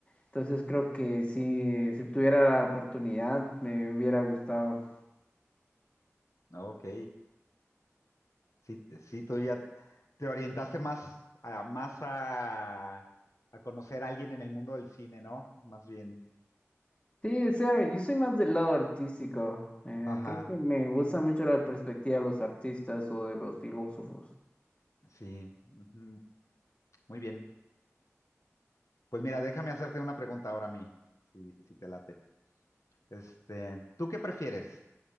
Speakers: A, on the left (about 25°); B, on the left (about 80°).
A: Entonces creo que si, si tuviera la oportunidad, me hubiera gustado.
B: Ok, sí, sí, tú ya te orientaste más a, más a, a conocer a alguien en el mundo del cine, ¿no? Más bien.
A: Sí, o sea, yo soy más del lado artístico. Eh,
B: Ajá,
A: creo que me gusta mucho la perspectiva de los artistas o de los filósofos.
B: sí. ujú, Muy bien. Pues mira, déjame hacerte una pregunta ahora a mí, si, si te late. Este, ¿tú qué prefieres?